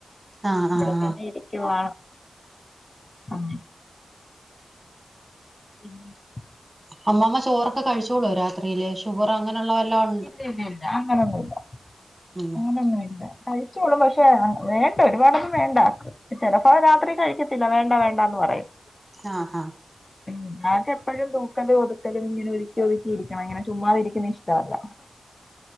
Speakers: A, on the right; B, on the left.
A: ആഹ് ആഹ്
B: ഇവിടെ
A: ആഹ്
B: തന്നെ
A: ആഹ്
B: ഇരി ക്കുവാണ് ഉം <inaudible>
A: അമ്മാമ്മ ചോറൊക്കെ കഴിച്ചോളോ രാത്രീല് ഷുഗറോ അങ്ങനുള്ളവല്ലോ ഒ
B: ഇല്ല ഇല്ല ഇല്ല അങ്ങനൊന്നുല്ല
A: ഉം
B: അങ്ങനൊന്നുല്ല കഴി <inaudible> പക്ഷെ വേണ്ട ഒരുപാടൊന്നും വേണ്ട അവക്ക് ചിലപ്പോ രാത്രി കഴിക്കത്തില്ല വേണ്ട വേണ്ടന്ന് പറയും
A: ആഹ് അഹ്
B: ഉം ഉമ്മാക്ക് എപ്പോഴും തൂക്കലും ഒതുക്കലും ഇങ്ങനെ ഒരുക്കി ഒതുക്കിയിരിക്കണം അങ്ങനെ ചുമ്മാതിരിക്കുന്നെ ഇഷ്ടമല്ല